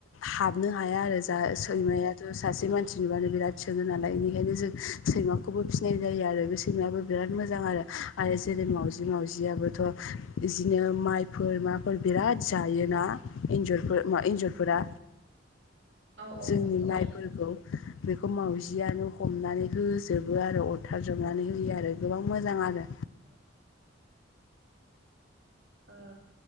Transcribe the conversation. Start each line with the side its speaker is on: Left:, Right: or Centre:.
Left: हा या आरो जा सैमायाथ
Right: औ
Left: सासे मानसि नुबानो बिराद सोङो नालाय बेनिखायनो जों सैमाखौ खौबो फिसिनाय जायो आरो बे सैमाबो बिराद मोजां आरो आरो जेरै मावजि मावजियाबोथ बिदिनो माइफोर माफोर बिराद जायोना एन्जरफोर मा एन्जरफोरा
Right: औ औ
Left: जोंनि
Right: औ
Left: माइफोरखौ
Right: ओ
Left: बेखौ मावजि जियानो हमनानै होजोबो आरो अरथारजोबनानै होयो आरो गोबां मोजां आरो
Right: औ ओ